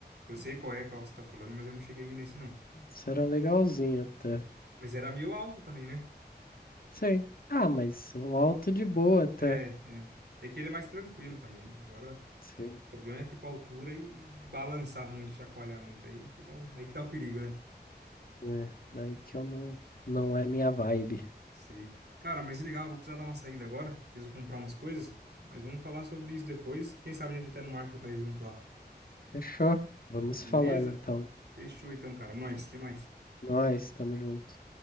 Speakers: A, on the right (about 75°); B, on the left (about 55°).
A: Eu sei qual é que você tá falando, mas eu não cheguei aí nesse, não.
B: Isso era legalzinho até.
A: Mas era meio alto também, né?
B: Sim. Ah, mas um alto de boa até.
A: É, é. É que ele é mais tranquilo também, né? Agora,
B: Sim.
A: o problema é tipo a altura e balançar muito, chacoalhar muito aí que tá o, aí que tá o perigo, né?
B: É, daí que eu não, não é minha vibe.
A: Sei. Cara, mas legal, vou precisar dar uma saída agora. Preciso comprar umas coisas. Mas vamos falar sobre isso depois. Quem sabe a gente até no marca pra ir junto lá.
B: Fechou? Vamos
A: Beleza?
B: falando então.
A: Fechou então, cara. Nós, até mais.
B: Nós estamos juntos.